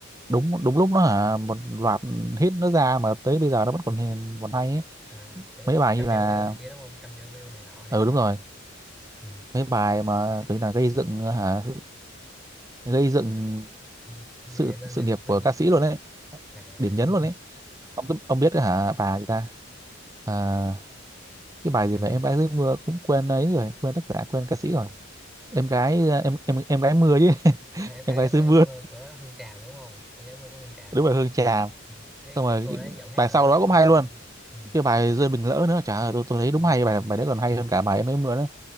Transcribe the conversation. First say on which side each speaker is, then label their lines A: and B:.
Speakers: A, on the right (about 15°); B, in the centre.
A: đúng đúng lúc nó hả một loạt hit nó ra mà tới bây giờ nó vẫn
B: <laughs>
A: còn hiền- còn hay ấy.
B: à, kiểu
A: mấy bài
B: trăm
A: như là
B: triệu view này kia đúng không trăm triệu view này nọ này
A: ừ
B: nọ
A: đúng
B: hả
A: rồi
B: ừ.
A: mấy bài mà kiểu như là gây dựng hả gây dựng
B: Ừ. nghĩ
A: sự
B: đến view
A: sự nghiệp
B: view
A: của ca sĩ luôn đấy
B: à
A: điểm nhấn luôn đấy ông ông biết hả bà người ta Ờ, cái bài gì
B: bài
A: mà
B: gì
A: em gái dưới mưa cũng quên ấy rồi quên tác giả quên ca sĩ rồi em gái à, em em em gái mưa chứ <laughs>
B: à, em, em,
A: em gái
B: em,
A: dưới
B: em
A: mưa
B: cái mơ của Hương Tràm đúng không em cái mơ của Hương Tràm
A: đúng là Hương Trà
B: ừ. cái
A: xong
B: cái
A: rồi
B: cô
A: cái-
B: đấy giọng hát
A: bài
B: nội
A: sau
B: lực
A: đó
B: đúng
A: cũng
B: nội
A: hay
B: lực
A: luôn
B: luôn ừ.
A: cái bài rơi bình lỡ nữa chả ơi, tôi tôi thấy đúng
B: Ừ.
A: hay bài bài đấy còn hay
B: cái
A: hơn cả bài em gái mưa nữa